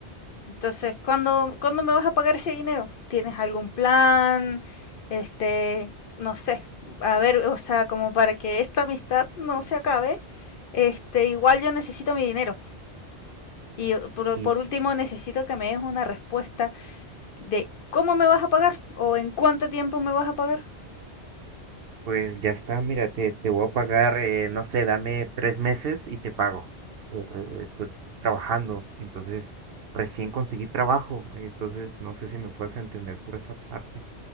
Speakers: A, on the left (about 60°); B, on the right (about 60°).
A: Entonces, ¿cuándo, ¿cuándo me vas a pagar ese dinero? ¿Tienes algún plan? Este, no sé, a ver, o sea, como para que esta amistad no se acabe, este, igual yo necesito mi dinero. Y uh, por,
B: Y
A: por
B: s-
A: último, necesito que me des una respuesta de cómo me vas a pagar o en cuánto tiempo me vas a pagar.
B: pues ya está, mira, te, te voy a pagar, eh, no sé, dame tres meses y te pago. Eh, eh, Estoy trabajando, entonces recién conseguí trabajo, entonces no sé si me puedes entender por esa parte.